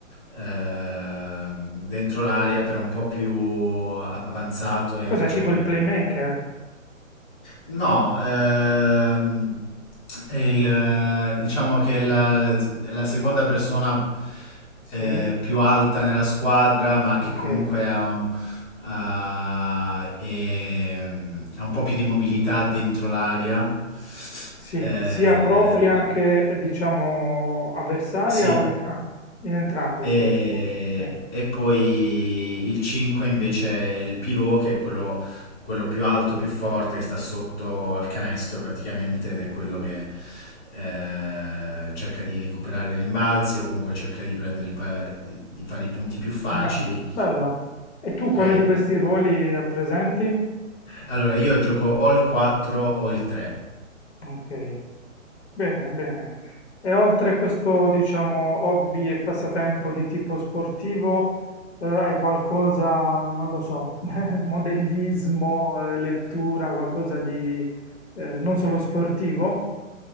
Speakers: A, on the left; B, on the left.
A: eh, dentro l'area, però un po' più avanzato, e
B: Cos'è
A: diciamo
B: tipo il
A: che
B: playmaker?
A: No, ehm, è il- diciamo che è la, è la seconda persona
B: Sì,
A: eh, più alta nella squadra, ma
B: ok.
A: che comunque ha un, ha- è- ha un po' più di mobilità dentro l'area.
B: Sì,
A: Eh,
B: sia propria che diciamo avversaria
A: sì,
B: o in, ah, in entrambe
A: e,
B: in qualche modo. Sì,
A: e poi il 5 invece è il pivot, che è quello, quello più alto, più forte, che sta sotto al canestro praticamente, ed è quello che eh, cerca di recuperare i rimbalzi o comunque cerca di prendere i pa- di di fare i punti più facili.
B: grande, bello. E tu
A: Ok?
B: quale di questi ruoli rappresenti?
A: Allora, io gioco o il 4 o il 3.
B: Ok, bene, bene. E oltre a questo, diciamo, hobby e passatempo di tipo sportivo, eh, hai qualcosa, non lo so, <laughs> modellismo, eh, lettura, qualcosa di eh, non solo sportivo?